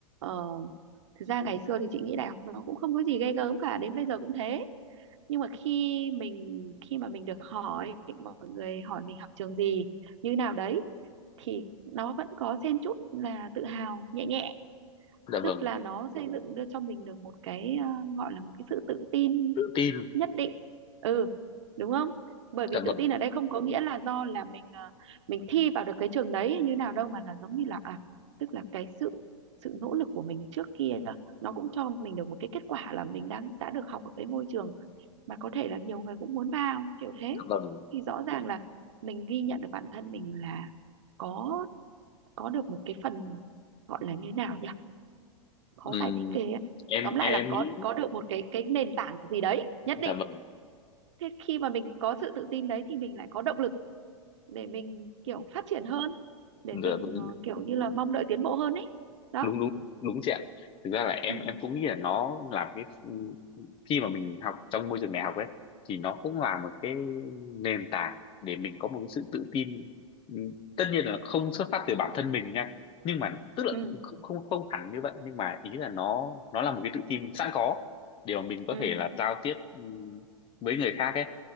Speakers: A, on the right (about 65°); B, on the left (about 30°).
A: uh, thực ra ngày xưa thì chị nghĩ đại học nó cũng không có gì ghê gớm cả đến bây giờ cũng thế nhưng mà khi mình khi mà mình được hỏi mọi người hỏi mình học trường gì như nào đấy thì nó vẫn có xen chút là tự hào nhẹ nhẹ
B: dạ
A: tức
B: vâng
A: là nó xây dựng đưa cho mình được một cái ờ, gọi là một cái sự tự tin
B: tự tin
A: nhất định ừ đúng không bởi vì
B: dạ
A: tự
B: vâng
A: tin ở đây không có nghĩa là do là mình ờ, mình thi vào được cái trường đấy như nào đâu mà là giống như là à tức là cái sự sự nỗ lực của mình trước kia nó cũng cho mình được một cái kết quả là mình đang đã được học ở cái ngôi trường mà có thể là nhiều người cũng muốn vào kiểu thế
B: dạ vâng
A: thì rõ ràng là mình ghi nhận được bản thân mình là có có được một cái phần gọi là như nào nhỉ khó
B: Ừm,
A: giải thích ghê ấy.
B: em
A: tóm lại
B: em
A: là có
B: nghĩ
A: có được một cái cái nền tảng gì đấy nhất
B: dạ
A: định
B: vâng
A: thế khi mà mình có sự tự tin đấy thì mình lại có động lực để mình kiểu phát triển hơn để
B: dạ
A: mình
B: vâng
A: ờ, kiểu như là mong đợi tiến bộ hơn ấy đó
B: đúng đúng đúng chị ạ thực ra là em
A: ừ
B: em cũng nghĩ là nó làm cái khi mà mình học trong môi trường đại học ấy thì nó cũng là một cái nền tảng để mình có một cái sự tự tin Ừm, tất nhiên là không xuất phát từ bản thân mình nha nhưng mà tức là
A: ừ
B: không không không hẳn như vậy nhưng mà ý là nó nó là một cái tự tin sẵn có để mà mình có
A: ừ
B: thể là giao tiếp ừm, với người khác ấy